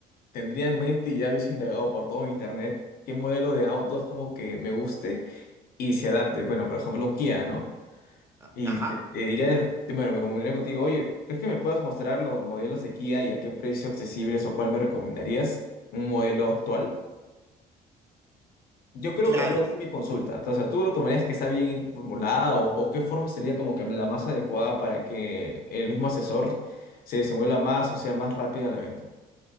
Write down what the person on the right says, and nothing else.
A-
Ajá,
claro.